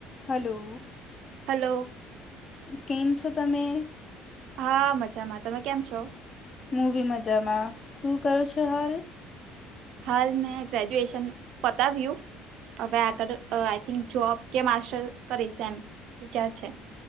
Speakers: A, on the left; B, on the right.
A: હલો
B: હલો
A: કેમ છો તમે
B: હા મજામાં તમે કેમ છો
A: હુ બી મજામાં શું કરો છો હાલ
B: હાલ મેં ગ્રેજુએશન પતાવ્યુ હવે આગળ આઈ થિંક જોબ કે માસ્ટર કરીશ એમ વિચાર છે